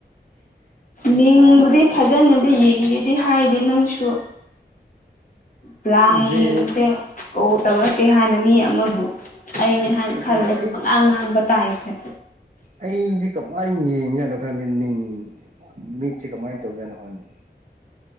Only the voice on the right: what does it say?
ꯖꯦ
ꯑꯗꯨꯅ
ꯑꯩ
ꯑꯩꯖꯦ ꯀꯃꯥꯏ ꯀꯃꯥꯏ ꯌꯦꯡꯉꯤꯖꯅꯣ ꯈꯪꯗꯦ ꯃꯤꯡ ꯃꯤꯠꯁꯦ ꯀꯃꯥꯏꯅ ꯇꯧꯖꯥꯠꯅꯣ ꯈꯪꯗꯦ